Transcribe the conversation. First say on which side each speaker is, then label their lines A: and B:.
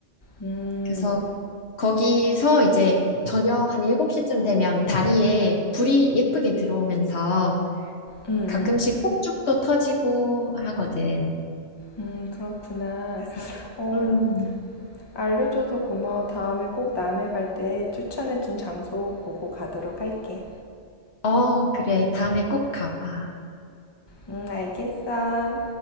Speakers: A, on the left; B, on the left.
A: 음,
B: 그래서 거기서 이제 저녁 한 7시쯤 되면 다리에 불이 예쁘게 들어오면서
A: 음, 음.
B: 가끔씩 폭죽도 터지고 하거든.
A: 음, 그렇구나.
B: 그래서
A: 어,
B: 음,
A: 알려줘서 고마워. 다음에 꼭 남해 갈 때 추천해준 장소 보고 가도록 할게.
B: 어, 그래. 다음에 꼭 가봐.
A: 음, 알겠어.